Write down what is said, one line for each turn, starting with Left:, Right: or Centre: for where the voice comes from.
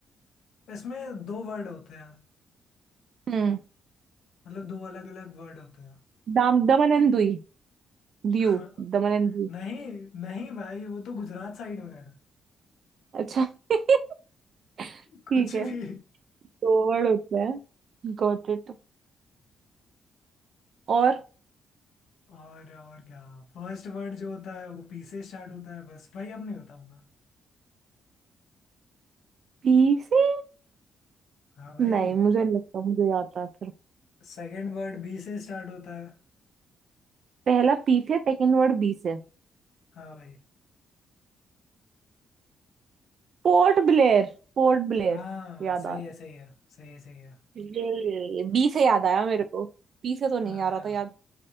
Left: इसमें दो वर्ड होते हैं
Right: हम्म
Left: मतलब दो अलग अलग वर्ड होते
Right: दाम दमन एंड दुई दीव
Left: हैं <laughs>
Right: दमन एंड दीव
Left: नहीं नहीं भाई वो तो गुजरात साइड में है
Right: अच्छा <laughs> ठीक
Left: <laughs> कुछ
Right: है
Left: भी
Right: दो वर्ड होते हैं गॉट इट और
Left: और और क्या फर्स्ट वर्ड जो होता है वो पी से स्टार्ट होता है बस भाई अब नहीं बताऊंगा
Right: पी से
Left: हाँ भाई
Right: नहीं मुझे नहीं लगता मुझे याद था फिर
Left: सेकंड वर्ड बी से स्टार्ट होता है
Right: पहला पी से सेकंड वर्ड बी से
Left: हाँ भाई
Right: Port Blair Port Blair
Left: हाँ
Right: याद
Left: सही
Right: आया
Left: है सही है सही है सही है
Right: ये बी से याद आया मेरे को पी से तो
Left: हाँ
Right: नहीं आ रहा
Left: यार
Right: था याद।